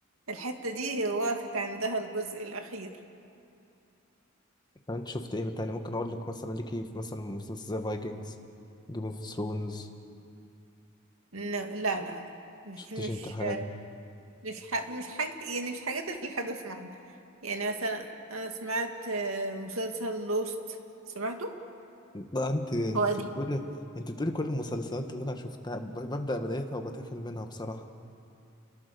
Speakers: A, on the right (about 80°); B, on the left (about 20°).
A: الحتة دي وقفت عندها الجزء الاخير
B: انت شفت ايه تاني ممكن اقول لك مثلا ليكي في مثلا مسلسل زي فايكنجز جيم اوف ثرونز
A: إن- لا لا لا مش
B: شفتش
A: مش
B: انت الحاجات دي
A: مش ح... مش حاجة يعني مش حاجات اللي بحب اسمعها يعني مثلا انا سمعت آه، مسلسل لوست سمعته
B: ده انت انت
A: هو قديم
B: بتقولي انت بتقولي كل المسلسلات اللي انا شفتها ب- ببدأ بدايتها وبتقفل منها بصراحه